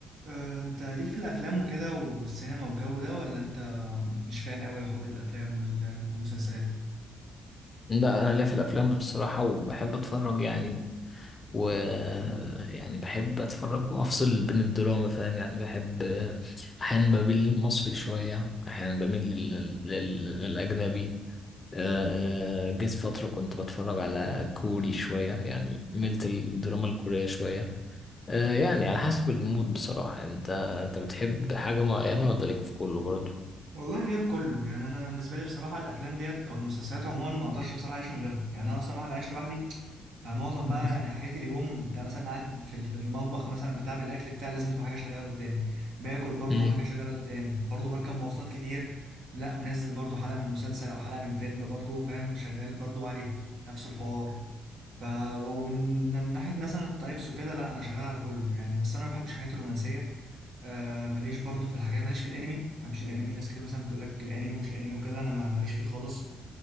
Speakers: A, on the right; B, on the left.
A: آه، انت ليك في الافلام وكده والسينما والجو ده ولا انت مش فان قوي لحوار الافلام وال- والمسلسلات
B: لا انا ليا في الافلام بصراحه وبحب اتفرج يعني و يعني بحب اتفرج وافصل بين الدراما فاهم يعني بحب احيانا بميل للمصري شويه احيانا بميل لل... لل... للاجنبي آه، جيت فتره كنت بتفرج على كوري شويه يعني ميلت الدراما الكوريه شويه آه، يعني على حسب المود بصراحه انت انت بتحب حاجه معينه ولا ليك في كله برضه
A: والله ليا في كله يعني انا بالنسبه لي بصراحه الافلام ديت او المسلسلات عموما ما اقدرش بصراحه اعيش من غيرها يعني انا اصلا واحد عايش لوحدي فمعظم
B: <laughs>
A: بقى يعني حاجات اليوم انت مثلا قاعد في ال- في المطبخ مثلا بتعمل الاكل بتاع لازم تبقى حاجه شغاله قدامي باكل برضو
B: مم.
A: حاجه شغاله قدامي برضو بركب مواصلات كتير لا منزل برضو حلقه من مسلسل او حلقه من فيلم برضو فاهم شغال برضو عليه نفس الحوار ف ومن ناحية مثلا التايبس وكده لا أنا شغال على كله يعني بس أنا ما بحبش الحاجات الرومانسية آه ماليش برضو في الحاجات ماليش في الأنمي ما بحبش الأنمي ناس كتير مثلا بتقول لك الأنمي ومش الأنمي وكده أنا ما- ماليش فيه خالص